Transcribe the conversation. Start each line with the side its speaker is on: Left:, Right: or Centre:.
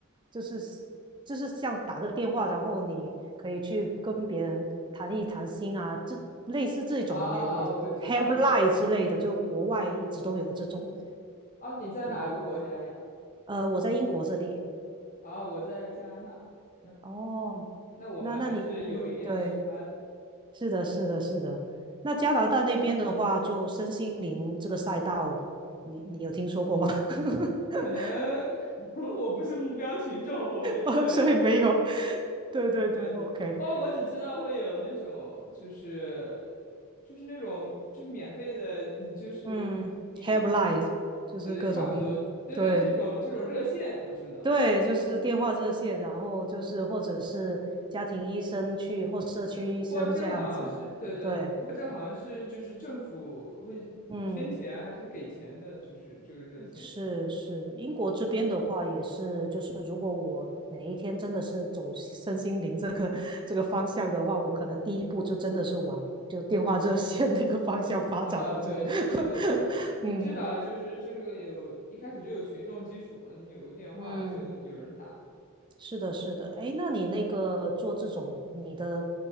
Right: 就是就是像打个电话，然后你可以去跟别人谈一谈心啊，这类似这种也也也
Left: 啊，我知道了，
Right: helpline
Left: 我知道
Right: 之类的，就国外一直都有这种
Left: 哦，你在哪个国家呀？
Right: 那个，呃，我在英国这里，
Left: 啊，我在加拿大，嗯，
Right: 哦，
Left: 那我们还是有一点时差的，
Right: 那那你嗯，对。是的，是的，是的。那加拿大那边的话，就身心灵这个赛道，你你有听说过吗？<laughs>
Left: 可能 <laughs> 可能我不是目标群众，我就不太了解。
Right: 哦，所以没有。对对对，OK。
Left: 对对，哦，我只知道会有那种，就是就是那种就是免费的，你就是可以给你，
Right: 嗯 h e v p l i n e 就是各种，
Left: 对对，差不多，对对，
Right: 对
Left: 这种这种热线我知道，
Right: 对，就是电话热线，然后就是或者是家庭医生去或社区医生这样子。
Left: 不过这好像是对对，
Right: 对，
Left: 不过这好像是就是政府会捐钱还是给钱的，
Right: 嗯。
Left: 就是这个热线。
Right: 是是，英国这边的话也是，就是如果我哪一天真的是走身心灵这个 <laughs> 这个方向的话，我可能第一步就真的是往就电话热线那个方向发展，
Left: 啊，
Right: 我真的，
Left: 对，是的，是的，
Right: <laughs>
Left: 你至少就是这个有一开始就有群众基础嘛，
Right: 嗯
Left: 你有个电话就有人打，
Right: 嗯，是的，是的，哎，那你那个做这种你的